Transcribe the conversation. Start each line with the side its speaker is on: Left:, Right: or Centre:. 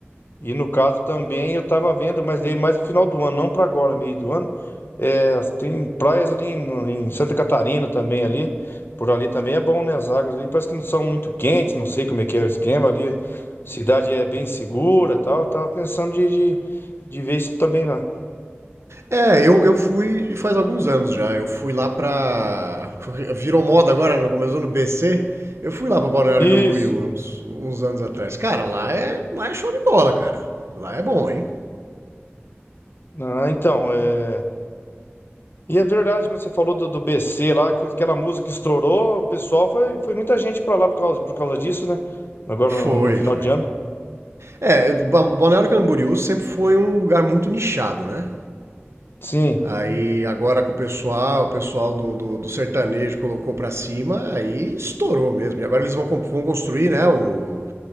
Left: E no caso também eu tava vendo, mas daí mais pro final do ano, não pra agora, meio do ano. É, tem praias ali em, em Santa Catarina também ali. Por ali também é bom, né? As águas ali parece que não são muito quentes, não sei como é que é o esquema ali. Cidade é bem segura, tal. Eu tava pensando de, de, de ver isso também lá.
Right: É, eu, eu fui faz alguns anos já. Eu fui lá pra. Virou moda agora, né? Começou no BC. Eu fui lá pra Balneário
Left: Isso.
Right: Camboriú uns, uns anos atrás. Cara, lá é, lá é show de bola, cara. Lá é bom, hein?
Left: Ah, então, é... E é verdade, mas você falou do, do BC lá, que aquela música que estourou, o pessoal foi, foi muita gente pra lá por causa, por causa disso, né? Agora no
Right: Foi,
Left: no final
Right: foi.
Left: de ano.
Right: É, Ba- Balneário Camboriú sempre foi um lugar muito nichado, né?
Left: Sim.
Right: Aí agora com o pessoal, o pessoal do, do, do sertanejo colocou pra cima, aí estourou mesmo. E agora eles vão, com- vão construir, né? O,